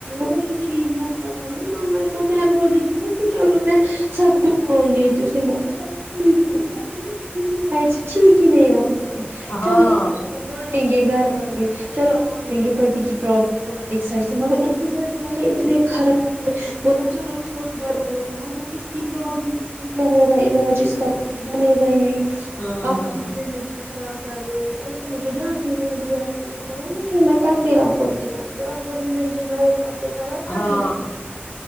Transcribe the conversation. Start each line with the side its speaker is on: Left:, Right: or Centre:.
Right: وہی چیز مسلہ کھانا مما کو میں بول رہی تھی نا کہ چلو میں سب کتوان لے تو اس نے بولان چل ٹھیک ہے مگر س میں کسی سائڈ سے ٹھیک ہی نہیں ہے وہاں پہ
Left: ہاں
Right: چلو مانیں گے گھر والے چلو آپ مانیں گے پتی کی پرابلم تھڑا ایک سائڈ سے مگر ان کے گھر والے اتنے خراب تھے بولا چلو چھڑ گھر والوں کو مگر اس کی پرابلم اس کیا ہوگا علاج اس کا تو کچھ بنے گا ہی نہیں
Left: ہاں
Right: آپ اپنی زندگی خراب کر رہے ہو اس نے مجھے دھیان ہی نہیں دیا پھر اس نے بولا کتے آپ کو نہیں جان رہ آپ کو زندگی لائف آپ کو خراب کرنی
Left: ہاں
Right: ہے